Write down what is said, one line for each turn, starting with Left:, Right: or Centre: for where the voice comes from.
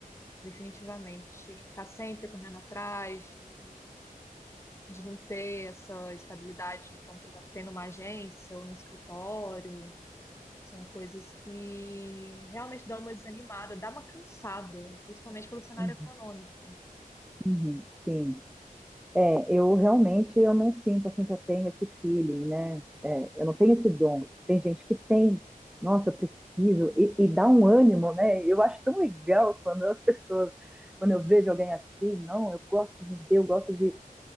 Left: definitivamente, de ficar sempre correndo atrás, de, de não ter essa estabilidade, como por exemplo, tem numa agência ou no escritório, são coisas que realmente dão uma desanimada, dá uma cansada, principalmente pelo cenário
Centre: uhum,
Left: econômico.
Centre: uhum, sim. É, eu realmente eu não sinto assim que eu tenho esse feeling, né? É, eu não tenho esse dom. Tem gente que tem. Nossa, eu preciso. E, e dá um ânimo, né? Eu acho tão legal quando as pessoas, quando eu vejo alguém assim, não, eu gosto de vender, eu gosto de